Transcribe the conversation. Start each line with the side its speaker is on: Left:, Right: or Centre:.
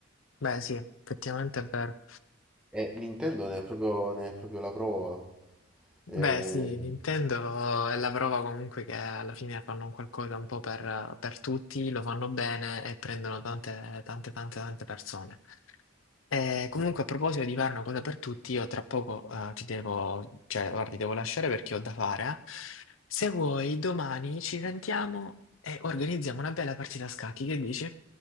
Left: Beh, sì, effettivamente è vero.
Centre: E Nintendo
Left: Eh,
Centre: ne è proprio, ne è proprio la prova. E-
Left: Beh, sì, Nintendo è la prova comunque che alla fine fanno un qualcosa un po' per, per tutti, lo fanno bene e prendono tante, tante, tante, tante persone. E comunque,
Centre: sì.
Left: a proposito di fare una cosa per tutti, io tra poco eh, ti devo, cioè, guarda, ti devo lasciare perché ho da fare. eh. Se vuoi, domani ci sentiamo e organizziamo una bella partita a scacchi, che dici?